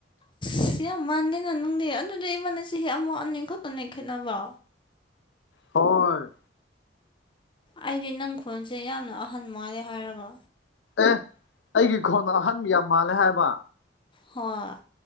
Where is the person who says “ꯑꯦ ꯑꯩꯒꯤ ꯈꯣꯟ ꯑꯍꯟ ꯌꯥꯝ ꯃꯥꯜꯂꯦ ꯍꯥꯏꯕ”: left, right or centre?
Left